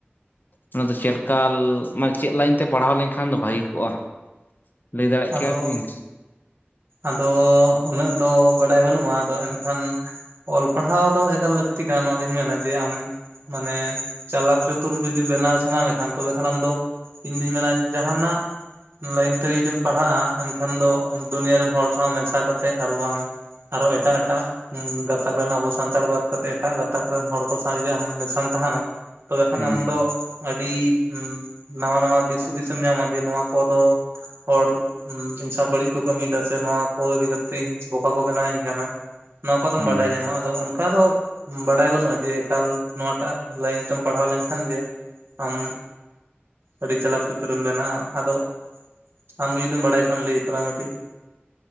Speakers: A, on the left (about 50°); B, on the right (about 70°).
A: ᱚᱱᱟ ᱫᱚ ᱪᱮᱫ ᱠᱟᱞ ᱢᱟᱱᱮ ᱪᱮᱫ ᱞᱟᱭᱤᱱ ᱛᱮ ᱯᱟᱲᱦᱟᱣ ᱞᱮᱱᱠᱷᱟᱱ ᱫᱚ ᱵᱷᱟᱜᱮ ᱠᱚᱜᱼᱟ᱾ ᱞᱟᱹᱭ ᱫᱟᱲᱮᱭᱟᱜ
B: ᱟᱫᱚ
A: ᱠᱮᱭᱟ ᱵᱤᱱ
B: ᱟᱫᱚ ᱩᱱᱟᱹᱜ ᱫᱚ ᱵᱟᱰᱟᱭ ᱵᱟᱹᱱᱩᱜᱼᱟ ᱟᱫᱚ ᱮᱱᱠᱷᱟᱱ ᱚᱞ ᱯᱟᱲᱦᱟᱣ ᱫᱚ ᱮᱠᱟᱞ ᱞᱟᱹᱠᱛᱤ ᱠᱟᱱᱟ ᱱᱚᱣᱟ ᱫᱚᱧ ᱢᱮᱱᱟ ᱡᱮ ᱟᱢ ᱢᱟᱱᱮ ᱪᱟᱞᱟᱠ ᱪᱳᱛ ᱛᱩᱨ ᱡᱩᱫᱤ ᱵᱮᱱᱟᱣ ᱥᱟᱱᱟ ᱢᱮᱠᱷᱟᱱ ᱛᱚᱵᱮ ᱠᱷᱟᱱ ᱟᱢᱫᱚ ᱤᱧ ᱫᱩᱧ ᱢᱮᱱᱟ ᱡᱟᱦᱟᱱᱟᱜ ᱞᱟᱭᱤᱱ ᱛᱮ ᱡᱩᱫᱤᱢ ᱯᱟᱲᱦᱟᱜᱼᱟ ᱮᱱᱠᱷᱟᱱ ᱫᱚ ᱫᱩᱱᱤᱭᱟᱹ ᱨᱮᱱ ᱦᱚᱲ ᱥᱟᱶ ᱢᱮᱥᱟ ᱠᱟᱛᱮᱫ ᱟᱨ ᱵᱟᱝ ᱟᱨᱚ ᱮᱴᱟᱜ ᱮᱴᱟᱜ ᱦᱩ ᱜᱟᱛᱟᱠ ᱨᱮᱱ ᱟᱵᱚ ᱥᱟᱱᱛᱟᱲ ᱵᱟᱫ ᱠᱟᱛᱮᱜ ᱮᱴᱟᱜ ᱜᱟᱛᱟᱠ ᱨᱮᱱ ᱦᱚᱲ ᱠᱚ ᱥᱟᱶ ᱡᱩᱫᱤ ᱟᱢ ᱢᱮᱥᱟᱢ ᱛᱟᱦᱮᱱᱟ᱾ ᱛᱚᱵᱮ ᱠᱷᱟᱱ
A: ᱦᱩᱸ
B: ᱟᱢ ᱫᱚ ᱟᱹᱰᱤ ᱱᱟᱣᱟ ᱱᱟᱣᱟ ᱫᱤᱥ ᱦᱩᱫᱤᱥ ᱮᱢ ᱧᱟᱢᱟ ᱡᱮ ᱱᱚᱣᱟ ᱠᱚᱫᱚ ᱦᱚᱲ ᱤᱧ ᱥᱟᱶ ᱵᱟᱹᱲᱤᱡ ᱠᱚ ᱠᱟᱹᱢᱤᱭᱮᱫᱟ ᱥᱮ ᱱᱚᱣᱟ ᱠᱚ ᱤᱫᱤ ᱠᱟᱛᱮᱜ ᱤᱧ ᱵᱚᱠᱟ ᱠᱚ ᱵᱮᱱᱟᱣ ᱤᱧ ᱠᱟᱱᱟ ᱱᱚᱣᱟ ᱠᱚᱫᱚᱢ
A: ᱦᱩᱸ
B: ᱵᱟᱰᱟᱭ ᱧᱟᱢᱟ ᱟᱫᱚ ᱚᱝᱠᱟ ᱫᱚ ᱵᱟᱰᱟᱭ ᱵᱟᱹᱱᱩᱜᱼᱟ ᱡᱮ ᱮᱠᱟᱞ ᱱᱚᱣᱟ ᱴᱟᱜ ᱞᱟᱭᱤᱱ ᱛᱮᱢ ᱯᱟᱲᱦᱟᱣ ᱞᱮᱝᱠᱷᱟᱱ ᱜᱮ ᱟᱢ, ᱟᱹᱰᱤ ᱪᱟᱞᱟᱠ ᱪᱩᱛᱟᱹᱨᱮᱢ ᱵᱮᱱᱟᱜᱼᱟ ᱟᱫᱚ ᱟᱢ ᱜᱮ ᱡᱩᱫᱤᱢ ᱵᱟᱲᱟᱭ ᱠᱷᱟᱱ ᱞᱟᱹᱭ ᱛᱟᱞᱟᱝ ᱢᱮ ᱠᱟᱹᱴᱤᱡ